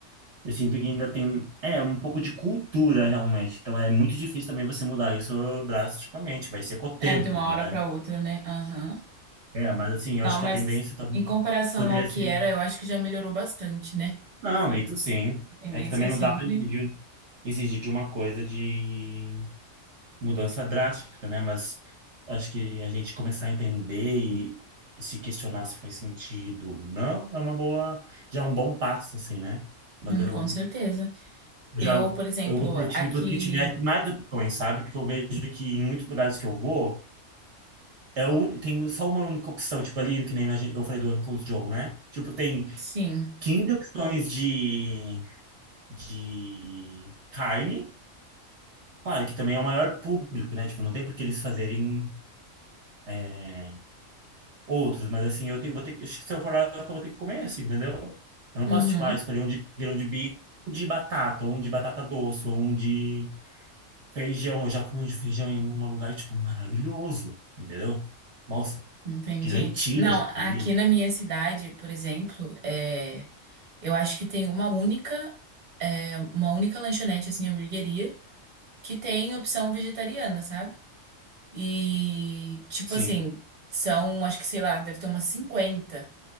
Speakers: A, on the right (about 60°); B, on the right (about 35°).
A: eu sinto que ainda tem, é, um pouco de cultura realmente. Então é muito difícil também você mudar isso drasticamente, vai ser com o tempo,
B: é de uma hora
A: né?
B: pra outra, né? Aham.
A: É, mas assim, eu
B: Não,
A: acho que
B: mas
A: a tendência também
B: em comparação
A: poderia
B: ao
A: ser
B: que era, eu acho que já melhorou bastante, né?
A: Não, isso sim.
B: A tendência
A: É que também
B: é sempre.
A: não dá para exigir, exigir de uma coisa de mudança drástica, né? Mas acho que a gente começar a entender e, e se questionar se faz sentido ou não, é uma boa, já é um bom passo, assim, né? Mas
B: Hum,
A: eu,
B: com certeza.
A: eu
B: Eu,
A: já,
B: por exemplo,
A: eu gostaria de
B: aqui.
A: livro que tivesse mais opções, sabe? Porque eu vejo que em muitos lugares que eu vou, é o, tem só uma única opção, tipo ali, que nem na, gen- eu falei do Uncle Joe, né? Tipo, tem
B: Sim.
A: 15 opções de de carne. Claro que também é o maior público, né? Tipo, não tem por que eles fazerem é, outros, mas assim, eu tenho, vou ter que, se eu for lá, eu vou ter que comer assim, entendeu? Eu não
B: Uhum.
A: posso, tipo, ah, escolher um de grão de bico, um de batata, ou um de batata doce, ou um de feijão. Eu já comi um de feijão em um lugar, tipo, maravilhoso, entendeu? Nossa,
B: Entendi.
A: de lentilha
B: Não,
A: já comi.
B: aqui na minha cidade, por exemplo, é. Eu acho que tem uma única, é, uma única lanchonete, assim, hamburgueria. que tem opção vegetariana, sabe? E, tipo
A: Sim,
B: assim, são, acho que sei lá, deve ter umas 50